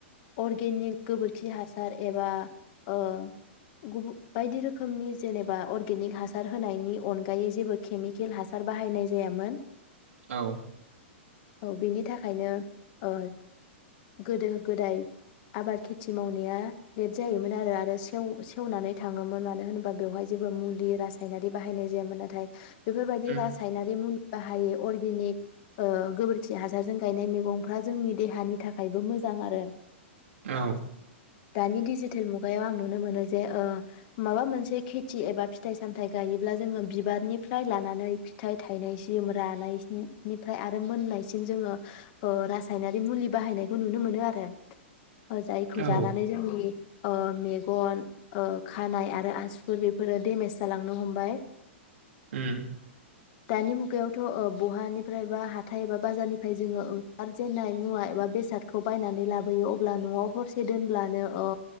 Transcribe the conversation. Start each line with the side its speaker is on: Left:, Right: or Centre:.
Left: अर्गेनिक गोबोरखि हासार एबा ओ गुबु बायदि रोखोमनि जेनेबा अर्गेनिक हासार होनायनि अन गायै जेबो खेमिकेल हासार बाहायनाय जायामोन।
Right: औ
Left: औ बिनि थाखायनो ओ गोदो गोदाय आबाद खेथि मावनाया लेट जायोमोन आरो आरो सेव सेवनानै थाङोमोन मानो होनोबा बेवहाय जेबो मुलि रासायनारि बाहायनाय जायामोन नाथाय बेफोरबायदि
Right: उम
Left: रासायनारि मुल बाहायो अर्गेनिक ओ गोबोरखि हासारजों गायनाय मैगंफ्रा जोंनि देहानि थाखायबो मोजां आरो।
Right: औ
Left: दानि डिजिटेल मुगायाव आं नुनो मोनो जे ओ माबा मोनसे खेथि एबा फिथाइ सामथाइ गायोब्ला जोङो बिबारनि फ्राय लानानै फिथाइ थायनायस दिम रानायस्नि निफ्राय आरो मोननायसिम जोङो ओ रासायनारि मुलि बाहायनायखौ नुनो मोनो आरो। ओ जायखौ जानानै
Right: औ
Left: जोंनि ओ मेगन ओ खानाय आरो आसुगुर बेफोरो डेमेज जालांनो हमबाय।
Right: उम।
Left: दानि मुगायावथ ओ बहानिफ्राय बा हाथाय एबा बाजारनिफ्राय जोङो ओंखारजेन्नाय मुवा एबा बेसादखौ बायनानै लाबोयो अब्ला न'वाव हरसे दोनब्लानो ओ